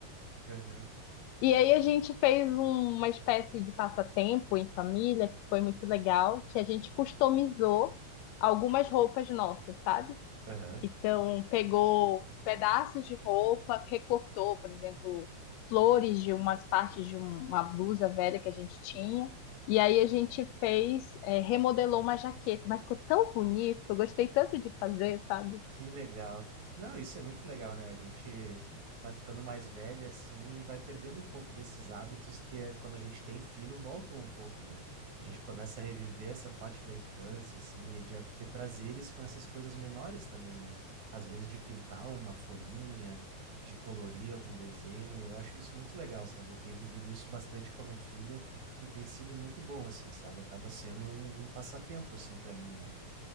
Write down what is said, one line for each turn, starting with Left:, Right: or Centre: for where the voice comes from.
Right: Aham,
Left: E aí a gente fez um- uma espécie de passatempo em família, que foi muito legal, que a gente customizou algumas roupas nossas, sabe?
Right: aham.
Left: Então, pegou pedaços de roupa, recortou, por exemplo, flores de umas partes de um- uma blusa velha que a gente tinha. E aí a gente fez, eh, remodelou uma jaqueta, mas ficou tão bonito, eu gostei tanto de fazer, sabe?
Right: Que legal. Não, isso é muito legal, né? A gente vai ficando mais velho assim e vai perdendo um pouco desses hábitos que é, quando a gente tem filho voltam um pouco, né? A gente começa a reviver essa parte da infância, assim, e de ter prazeres com essas coisas menores também, né? Às vezes de pintar uma folhinha, de colorir algum desenho. Eu acho isso muito legal, sabe? Eu tenho vivido isso bastante com a minha filha e tem sido muito bom, assim, sabe? Acaba sendo um, um passatempo, assim, para mim, né?